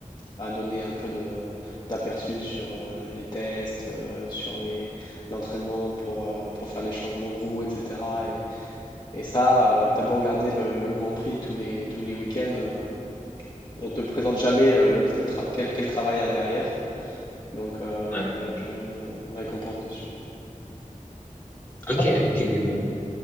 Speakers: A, on the left; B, on the left.
A: à donner un peu de d'aperçu sur euh, les tests, euh, sur les l'entraînement pour, euh, pour faire les changements de roue, etc. Et, et ça, euh, t'as beau regarder le, le Grand Prix tous les, tous les week-ends, euh, on te présente jamais euh, le, le tra- quel, quel travail il y a derrière. Donc euh,
B: Ouais.
A: j'aurais, j'aurais mis euh, une récompense dessus. Et
B: Ok,
A: toi?
B: ok, ok. cool.